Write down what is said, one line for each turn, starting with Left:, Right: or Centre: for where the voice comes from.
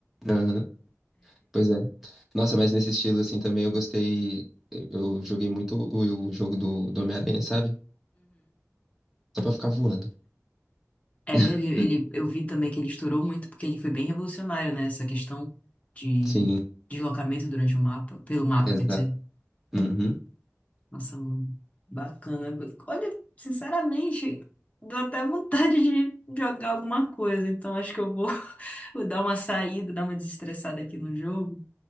Centre: Aham, Pois é. Nossa, mas nesse estilo assim também eu gostei. Eu eu joguei muito o, o jogo do, do Homem-Aranha, sabe? Só pra ficar voando.
Left: É,
Centre: <laughs>
Left: ele, ele, eu vi também que ele estourou muito porque ele foi bem revolucionário, né? Essa questão de
Centre: Sim,
Left: deslocamento durante o mapa, pelo mapa,
Centre: exato.
Left: quer dizer.
Centre: Uhum.
Left: Nossa, mano, bacana. Olha, sinceramente, deu até vontade de jogar alguma coisa. Então acho que eu vou, <laughs> vou dar uma saída, dar uma desestressada aqui no jogo.